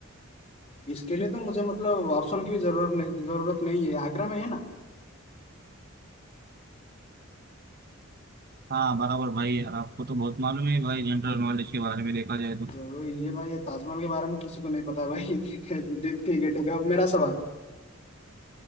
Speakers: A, on the left; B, on the right.
A: इसके लिए तो मुझे मतलब ऑप्शन की भी जरूरत नहीं जरूरत नहीं है आगरा में है ना
B: हाँ बराबर भाई यार आपको तो बहुत मालूम है भाई जनरल नॉलेज के बारे में देखा जाए तो
A: जरूर ये भाई ये ताजमहल के बारे में किसी को नहीं पता है भाई <laughs> ठीक ठीक है ठीक है अब मेरा सवाल